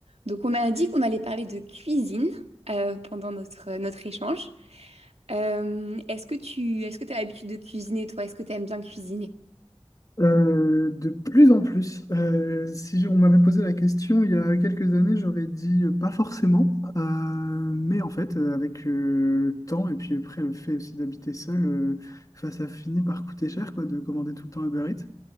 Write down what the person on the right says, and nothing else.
Donc, on a dit qu'on allait parler de cuisine euh, pendant notre, euh, notre échange. Euh, est-ce que tu est-ce que tu as l'habitude de cuisiner, toi? Est-ce que tu aimes bien cuisiner?